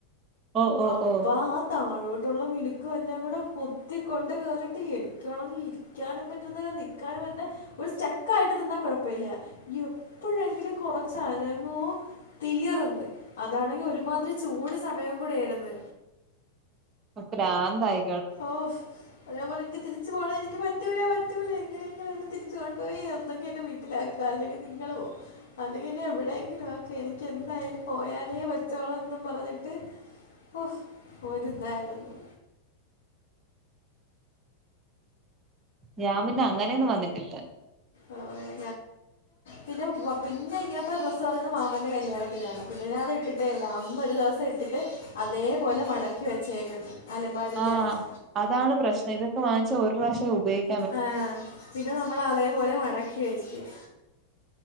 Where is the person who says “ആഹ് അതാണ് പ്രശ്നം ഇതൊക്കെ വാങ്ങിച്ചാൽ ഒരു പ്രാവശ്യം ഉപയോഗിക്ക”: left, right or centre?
Right